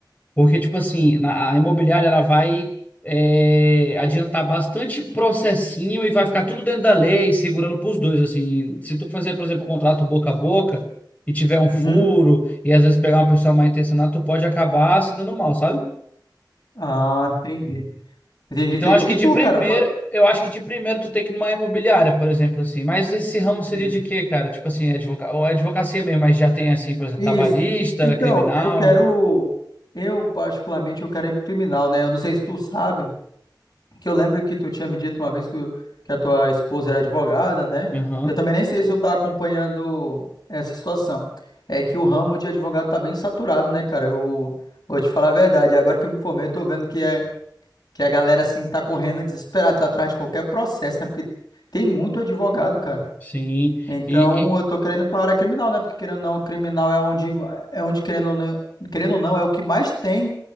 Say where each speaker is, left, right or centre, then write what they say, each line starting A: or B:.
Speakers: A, on the left; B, on the left.
A: Porque, tipo assim, na- a imobiliária ela vai é, adiantar bastante processinho e vai ficar tudo dentro da lei, segurando pros dois, assim. Se tu fazer, por exemplo, um contrato boca a boca e tiver um furo
B: Uhum.
A: e às vezes pegar uma pessoa mal intencionada, tu pode acabar se dando mal, sabe?
B: Ah, entendi. Entendi,
A: Então,
B: entendi.
A: acho que
B: E tu,
A: de primeiro,
B: cara? Fa-
A: eu acho que de primeiro tu tem que ir numa imobiliária, por exemplo, assim. Mas esse ramo seria
B: Uhum.
A: de quê, cara? Tipo assim, advoca... ou advocacia mesmo, mas já tem assim, por exemplo,
B: Isso.
A: trabalhista,
B: Então,
A: criminal.
B: eu quero. Eu, particularmente, eu quero ir pro criminal, né? Eu não sei se tu sabe. Que eu lembro que tu tinha me dito uma vez que, tu- que a tua esposa era advogada, né?
A: Aham,
B: Eu também nem sei se tu tá acompanhando essa situação. É que o ramo de advogado tá bem saturado, né, cara? Eu vou te falar a verdade. Agora que eu me informei, eu tô vendo que, é, que a galera, assim, tá correndo desesperada atrás de qualquer processo, né? Porque tem muito advogado, cara.
A: sim.
B: Então,
A: E, e
B: eu tô querendo para a área criminal, né? Porque, querendo ou não, o criminal é onde, é onde querendo ou não, querendo ou não, é o que mais tem